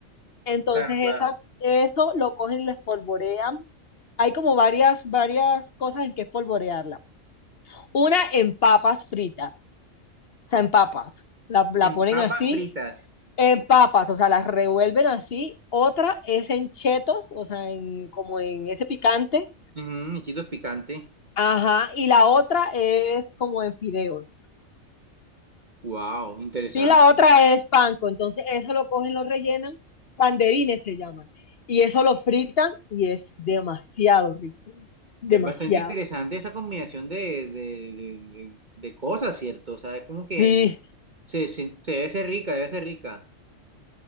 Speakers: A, on the left; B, on the right.
A: Entonces
B: claro, claro.
A: esa, eso lo cogen y lo espolvorean. Hay como varias, varias cosas en que espolvorearla. Una en papas fritas, o sea, en papas. La, la
B: En
A: ponen
B: papas
A: así,
B: fritas.
A: en papas, o sea, las revuelven así. Otra es en chetos, o sea, en, como en ese picante.
B: Ujú, chitos picantes.
A: Ajá, y la otra es como en fideos.
B: Wow, interesante.
A: Y la otra es panco. Entonces, eso lo cogen, lo rellenan, banderines se llaman. Y eso lo fritan y es demasiado rico. Demasiado.
B: Es bastante interesante esa combinación de, de, de- de- de cosas, ¿cierto? O sea, es como que
A: Sí,
B: se, se- se debe ser rica, debe ser rica.